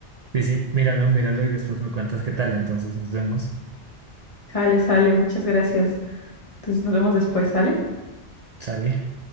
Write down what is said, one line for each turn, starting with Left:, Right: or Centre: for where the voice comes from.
Right: Sí, sí, míralo, míralo y después me cuentas qué tal. Entonces nos vemos.
Left: Sale, sale, muchas gracias. Entonces nos vemos después, ¿sale?
Right: Sale.